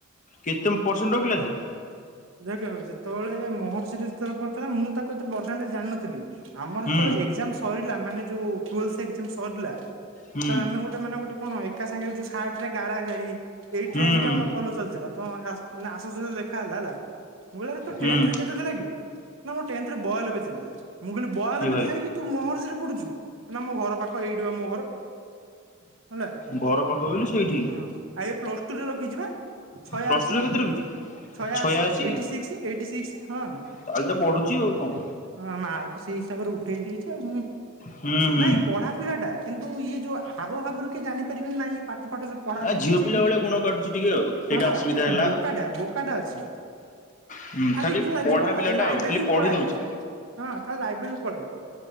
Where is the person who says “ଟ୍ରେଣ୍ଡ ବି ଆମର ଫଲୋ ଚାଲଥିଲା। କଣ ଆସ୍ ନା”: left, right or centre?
Right